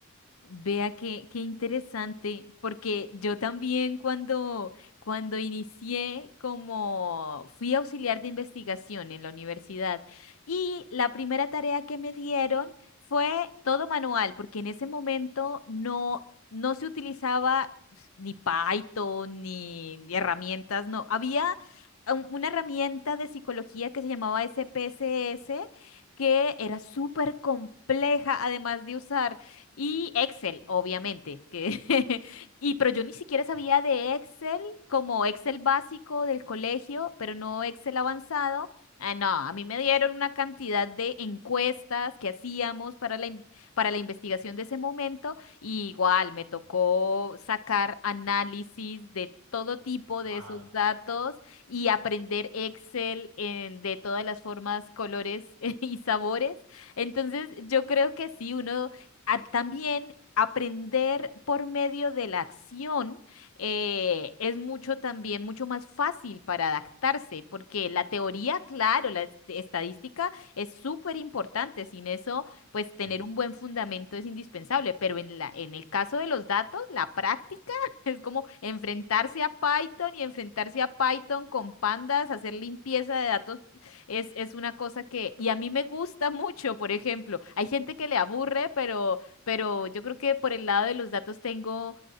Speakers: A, on the left; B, on the right.
A: Vea qué, qué interesante, porque yo también cuando, cuando inicié como fui auxiliar de investigación en la universidad y la primera tarea que me dieron fue todo manual, porque en ese momento no, no se utilizaba ni Python ni, ni herramientas, no, había un- una herramienta de psicología que se llamaba SPSS que era súper compleja además de usar. Y Excel, obviamente, que <laughs> y pero yo ni siquiera sabía
B: Sí.
A: de Excel como Excel básico del colegio, pero no Excel avanzado. Ah, no, a mí me dieron una cantidad de encuestas que hacíamos para la, in- para la investigación de ese momento y igual me tocó sacar análisis de todo tipo
B: Wow.
A: de esos datos y aprender Excel en- de todas las formas, colores <laughs> y sabores. Entonces, yo creo que sí, uno a- también aprender por medio de la acción eh, es mucho también, mucho más fácil para adaptarse, porque la teoría, claro, la est- estadística es súper importante. Sin eso, pues tener
B: Sí,
A: un buen fundamento es indispensable, pero en la, en el caso de los datos, la práctica <laughs> es como enfrentarse a Python y enfrentarse a Python con pandas, hacer limpieza de datos es, es una cosa que, y a mí me gusta <laughs> mucho, por ejemplo, hay gente que le aburre, pero, pero yo creo que por el lado de los datos tengo,